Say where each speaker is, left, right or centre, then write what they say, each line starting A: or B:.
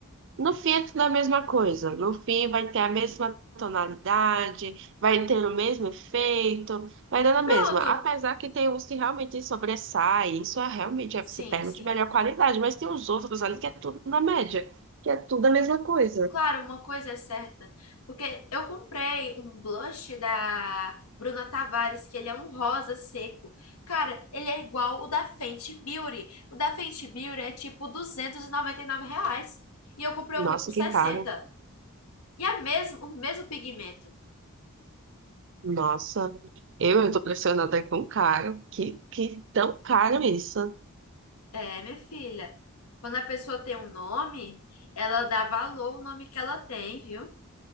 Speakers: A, on the right; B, on the left.
A: No fim é tudo a mesma coisa. No fim vai ter a mesma tonalidade, vai ter o mesmo efeito, vai dando a mesma.
B: Pronto.
A: Apesar que tem uns que realmente sobressaem, isso é realmente é
B: Sim,
A: que se pega
B: sim.
A: de melhor qualidade, mas tem os outros ali que é tudo na média, que é tudo a mesma coisa.
B: Claro, uma coisa é certa, porque eu comprei um blush da Bruna Tavares, que ele é um rosa seco. Cara, ele é igual o da Fenty Beauty. O da Fenty Beauty é tipo 299 reais. E eu comprei
A: Nossa,
B: o meu por 60.
A: que caro.
B: E é mesmo, o mesmo pigmento.
A: Nossa, eu estou pressionada com caro. Que, que tão caro isso.
B: É, minha filha, quando a pessoa tem um nome, ela dá valor ao nome que ela tem, viu?